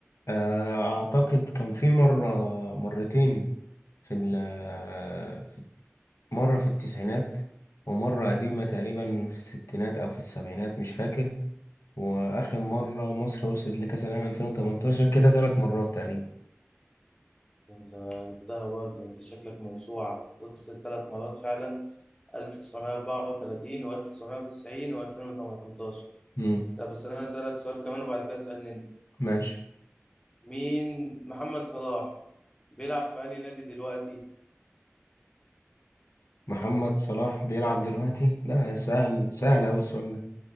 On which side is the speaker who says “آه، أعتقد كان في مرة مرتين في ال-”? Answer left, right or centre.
Left